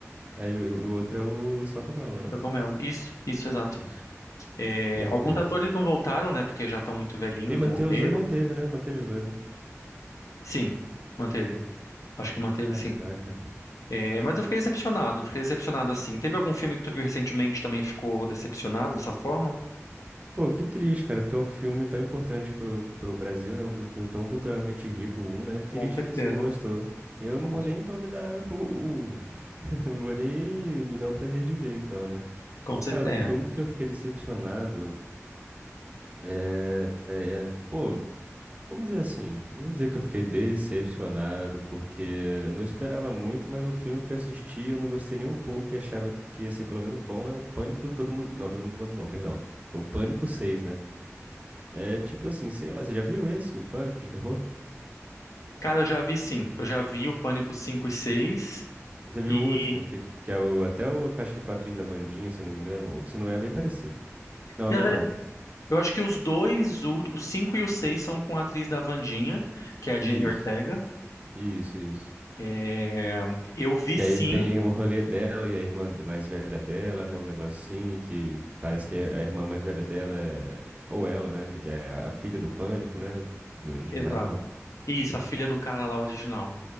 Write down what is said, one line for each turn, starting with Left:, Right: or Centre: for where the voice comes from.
Right: É, e o, e o outro é o Celton Mello, né? Não?
Left: Selton Mello. Isso, isso, exato.
Right: Isso.
Left: É,
Right: Perfeito.
Left: alguns atores não voltaram, né? Porque já estão muito velhinhos,
Right: E manter
Left: morreram.
Right: os dois, manteve, né? Manteve os dois, né?
Left: Sim, manteve. Acho que manteve,
Right: Caraca.
Left: sim. É, mas eu fiquei decepcionado, fiquei decepcionado assim. Teve algum filme que tu viu recentemente que também ficou decepcionado dessa forma?
Right: Pô, que triste, cara, porque é um filme tão importante pro, pro Brasil, né? Um filme tão culturalmente rico, um, né? Triste
Left: Com certeza.
Right: que você não gostou. Eu não
Left: Com,
Right: vou nem então me dar <laughs> o. o- <laughs> Não vou nem me dar o prazer de ver, então, né?
Left: com certeza.
Right: Cara, um filme
Left: É.
Right: que eu fiquei decepcionado é. é- é- Pô, vamos dizer assim, não vou dizer que eu fiquei decepcionado, porque eu não esperava muito, mas um filme que eu assisti eu não gostei nem um pouco e achava que ia ser pelo menos bom é o Pânico Todo Mundo. Não, Todo Mundo Pânico não, perdão. É o Pânico seis né? É tipo assim, sei lá, você já viu esse, o Pânico de Terror?
Left: Cara, eu já vi sim. Eu já vi o Pânico 5 e 6.
Right: Você viu
Left: E.
Right: o último, que, que é o, até o, que eu acho que com a atriz da Wandinha, se eu não me engano, ou se não é, é bem parecido. Não,
Left: na
Right: não
Left: verdade,
Right: é não.
Left: Eu acho que os dois, ú- o 5 e o 6 são com a atriz da Vandinha, que é a
Right: Isso,
Left: Jenny Ortega.
Right: isso, isso.
Left: É, Eu vi
Right: Que
Left: sim.
Right: aí tem o rolê dela e a irmã de- mais velha dela, né, um negocinho que parece que a irmã mais velha dela é, ou ela, né, que é a filha do Pânico, né, do original.
Left: Exato. Isso, a filha do cara lá original.